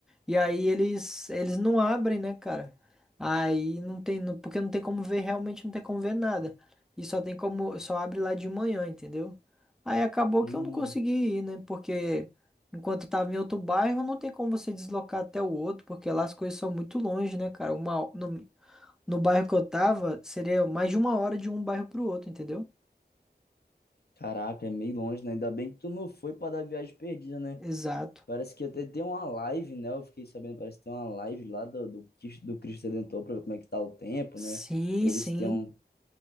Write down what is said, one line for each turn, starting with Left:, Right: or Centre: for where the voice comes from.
Centre: e aí eles eles não abrem, né, cara? Aí não tem, não- porque não tem como ver, realmente não tem como ver nada. E só tem como, só abre lá de manhã, entendeu? Aí acabou
Left: Hum.
Centre: que eu não consegui ir, né? Porque enquanto eu tava em outro bairro, não tem como você deslocar até o outro, porque lá as coisas são muito longe, né, cara? Uma, no, no bairro que eu tava, seria mais de uma hora de um bairro pro outro, entendeu?
Left: Caraca, é meio longe, né? Ainda bem que tu não foi para dar viagem perdida, né?
Centre: Exato.
Left: Parece que até tem uma live, né? Eu fiquei sabendo, parece que tem uma live lá do, do, Cristo- do Cristo Redentor para ver como é que tá o tempo,
Centre: Sim,
Left: né? Eles
Centre: sim,
Left: têm um,